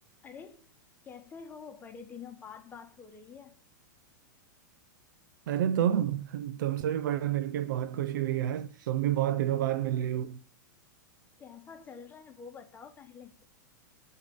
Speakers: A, on the left; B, on the right.
A: अरे कैसे हो बड़े दिनों बाद बात हो रही है
B: अरे तुम तुमसे भी बड़ा मिलके बहुत खुशी हुई यार तुम भी बहुत दिनों बाद मिल रही हो
A: कैसा चल रहा है वो बताओ पहले